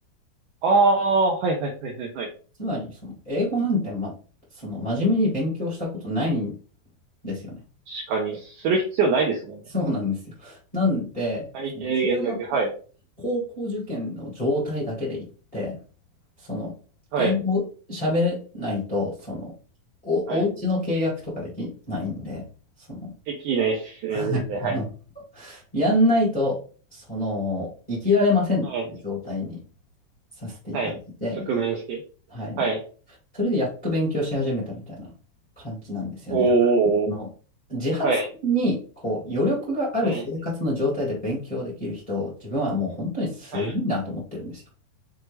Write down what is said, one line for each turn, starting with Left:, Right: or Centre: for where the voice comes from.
Right: ああ、はいはいはいはいはい。
Left: つまり、その、英語なんて、ま、その、真面目に勉強したことないんですよね。
Right: 確かに、する必要ないですもんね。
Left: そうなんですよ。なんで、
Right: 最低限だけ、
Left: その、中学、
Right: はい。
Left: 高校受験の状態だけで言って、その、
Right: はい。
Left: 英語喋れないと、その、お、
Right: はい。
Left: お家の契約とかできないんで、その、
Right: できないっすね、
Left: <laughs> はいあの
Right: 絶対。はい。
Left: やんないと、その、生きられませんっていう状態に
Right: はい。
Left: させていただいて、
Right: はい。直面して。
Left: はい。
Right: はい。
Left: それでやっと勉強し始めたみたいな感じなんですよね。
Right: おー。
Left: だからあの自発にこう余力がある生活の状態で勉強できる人、
Right: はい。はい。
Left: 自分はもう本当にすごいなと思ってるんですよ。
Right: はい。